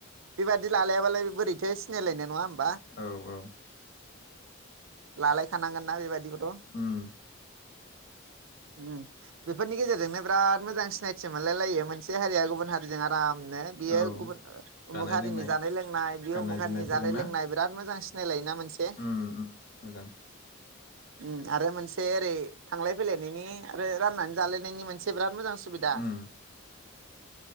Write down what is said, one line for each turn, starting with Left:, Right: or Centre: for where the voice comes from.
Right: बेबायादि लालायाबालाय बोरैथो सिनायलायनाय नङा होम
Left: औ औ
Right: लालायखानांगोन ना बेबायदिखौ
Left: उम
Right: <inaudible> उम बेफोरनि गेजेरजोंनो बिराद मोजां सिनायथि मोनलायलायो मोनसे हारिया गुबुन हारिजों बामनो बियो
Left: औ
Right: गुबुन अमुख
Left: जानाय
Right: हारिनि
Left: लोंनाय
Right: जानाय लोंनाय बे
Left: गाननाय
Right: अमुखहारिनि
Left: जोमनायफोरजों
Right: जानाय
Left: ना
Right: लोंनाय बिराद मोजां, मोजां सिनायलायो ना? मोनसे,
Left: उम उम मोजां
Right: उम मोनसे ओरै थांलाय फैलायनायनि आरो राननानै जालायनायनि मोनसे बिराद, मोजां सुबिदा,
Left: उम